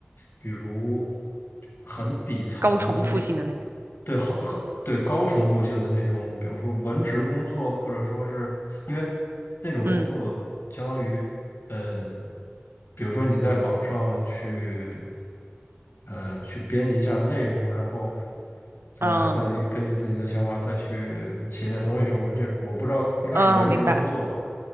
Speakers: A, on the left; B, on the right.
A: 比如很底层、
B: 高重复性的那种。
A: 很底，对，好，很对高重复性的那种，比方说文职工作，或者说是因为那种工作相当于。
B: 嗯
A: 呃，比如说你在网上去呃去编辑一下内容，然后再再根据自己的想法再去写点东西什么的，
B: 嗯
A: 这我不知道应该是文职工作吧？
B: 嗯，我明白。